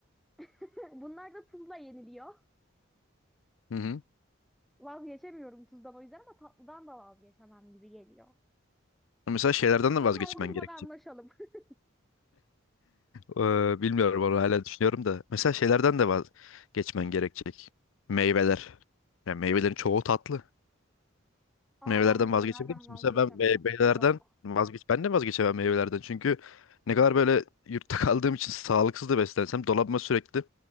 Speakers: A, in the centre; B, on the left (about 80°).
A: <laughs> Bunlar da tuzla yeniliyor.
B: Hı hı.
A: Vazgeçemiyorum tuzdan o yüzden ama tatlıdan da vazgeçemem gibi geliyor.
B: Mesela şeylerden
A: Tuzlu
B: de vazgeçmen
A: dondurmada
B: gerekecek.
A: anlaşalım. <laughs>
B: Eee, bilmiyorum onu hala düşünüyorum da. Mesela şeylerden de vaz geçmen gerekecek. Meyveler. Yani meyvelerin çoğu tatlı.
A: Aa
B: Meyvelerden
A: ben meyvelerden
B: vazgeçebilir misin?
A: vazgeçemem.
B: Mesela ben meyvelerden
A: Yok.
B: vazgeç ben de vazgeçemem meyvelerden. Çünkü ne kadar böyle yurtta <laughs> kaldığım için sağlıksız da beslensem dolabıma sürekli